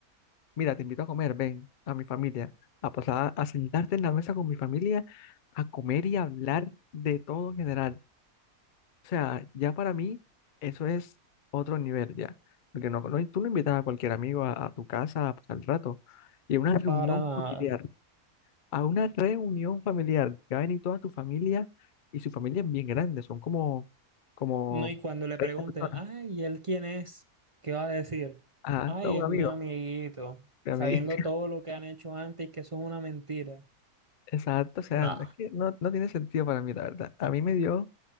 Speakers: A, on the left; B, on the right.
A: Mira, te invito a comer, ven a mi familia, a pasar a sentarte en la mesa con mi familia, a comer y a hablar de todo en general. O sea, ya para mí eso es otro nivel ya, porque no, no- tú no invitas a cualquier amigo a, a tu casa a pasar el rato. Y a una reunión
B: para nada.
A: familiar, a una reunión familiar, que va a venir toda tu familia y su familia es bien grande, son como, como
B: No, y cuando le
A: 30
B: pregunten,
A: personas.
B: ay, ¿y él quién es? ¿Qué va a decir?
A: Ah,
B: Ay,
A: no,
B: es
A: un amigo,
B: mi amiguito,
A: a
B: sabiendo
A: mí,
B: todo lo que han hecho antes y que eso es una mentira.
A: <laughs> exacto, o sea,
B: No,
A: no es que no, no tiene sentido para mí, la verdad. A mí me dio